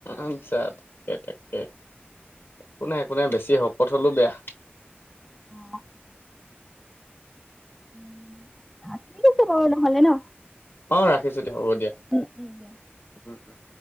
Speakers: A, on the left; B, in the centre.
A: আচ্ছা তাকে তাকে। একো নাই একো নাই বেছি শকত হ'লেও বেয়া।
B: অ'। উম। আছেটো বাৰু নহ'লে ন?
A: অ', ৰাখিছো দিয়া। হ'ব দিয়া।
B: উম উম দিয়া
A: উম, উম।